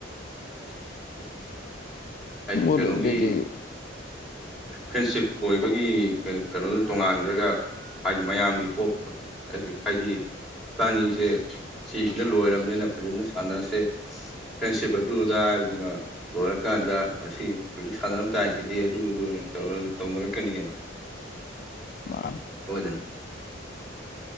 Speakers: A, in the centre; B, on the left (about 45°).
A: <unintelligible> ꯍꯥꯏꯗꯤ
B: ꯃꯣꯏ
A: ꯀꯩꯅꯣꯒꯤ
B: ꯂꯣꯏꯕꯗꯩꯗꯤ
A: ꯐ꯭ꯔꯦꯟꯁꯤꯞ ꯑꯣꯏꯕꯒꯤ ꯀꯩ ꯀꯩꯅꯣꯗꯨ ꯇꯣꯉꯥꯟꯒ꯭ꯔꯒ ꯍꯥꯏꯗꯤ ꯃꯌꯥꯝꯒꯤ ꯍꯣꯞꯇꯣ <unintelligible> ꯍꯥꯏꯗꯤ ꯏꯕꯥꯅꯤꯁꯦ ꯁꯤꯁꯤꯅ ꯂꯣꯏꯔꯝꯅꯤꯅ ꯐꯖꯅ ꯁꯥꯟꯅꯁꯦ ꯐ꯭ꯔꯦꯟꯁꯤꯞ ꯑꯗꯨ ꯑꯗ ꯍꯥꯏꯕꯗꯨꯅ ꯂꯣꯏꯔꯀꯥꯟꯗ ꯑꯁꯤ ꯍꯧꯖꯤꯛ ꯁꯥꯟꯅꯔꯝ ꯇꯥꯏꯁꯤꯗꯤ ꯑꯗꯨ ꯑꯗꯨ ꯇꯧꯅ ꯇꯧꯅꯔꯛꯀꯅꯤꯕ
B: ꯃꯥꯟꯅꯦ
A: ꯁꯣꯏꯗꯅ